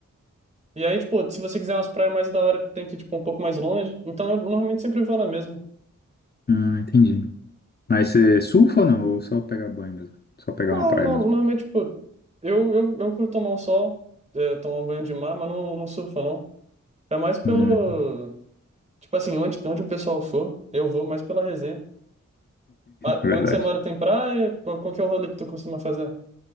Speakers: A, on the right; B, on the left.
A: E aí, tipo, se você quiser umas praias mais da hora, tem que ir, tipo, um pouco mais longe. Então, eu normalmente sempre vou na mesma.
B: Ah, entendi. Mas você surfa ou não? Ou só pegar banho mesmo? Só pegar
A: Não,
B: uma praia
A: não
B: mesmo?
A: normalmente, tipo, eu, eu, eu curto tomar o sol, eh, tomar um banho de mar, mas não, não surfo, não. É mais pelo.
B: Hum,
A: Tipo assim, onde, onde o pessoal for, eu vou mais pela resenha. Ah,
B: é verdade.
A: onde você mora tem praia? Qual, qual que é o rolê que tu costuma fazer?